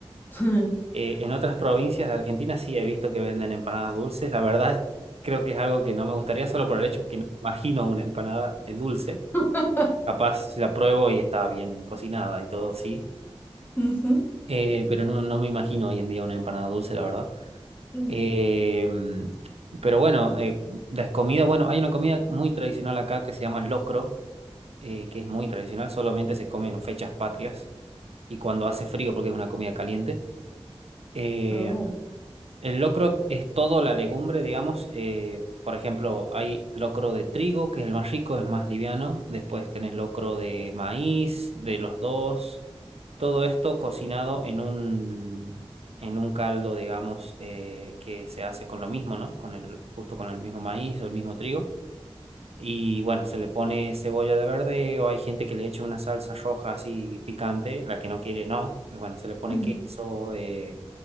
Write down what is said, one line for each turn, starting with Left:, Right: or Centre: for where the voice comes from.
Left: <laughs>
Right: Eh, en otras provincias de Argentina sí he visto que venden empanadas dulces. La verdad, creo que es algo que no me gustaría solo por el hecho que no me imagino una empanada eh, dulce.
Left: <laughs>
Right: Capaz si la pruebo y está bien cocinada y todo, sí.
Left: Ujú.
Right: Eh, pero no, no me imagino hoy en día una empanada dulce, la verdad.
Left: Mm.
Right: Eh, pero bueno, eh, las comidas, bueno, hay una comida muy tradicional acá que se llama locro, eh, que es muy tradicional, solamente se come en fechas patrias y cuando hace frío porque es una comida caliente. Eh,
Left: Oh,
Right: el locro es toda la legumbre, digamos. eh, por ejemplo, hay locro de trigo, que es el más rico, es más liviano. Después tenés locro de maíz, de los dos. Todo esto cocinado en un, en un caldo, digamos, eh, que se hace con lo mismo, ¿no? Con el, justo con el mismo maíz o el mismo trigo. Y bueno, se le pone cebolla de verde o hay gente que le echa una salsa roja así picante, la que no quiere, no. Bueno, se le pone
Left: mm,
Right: queso. eh,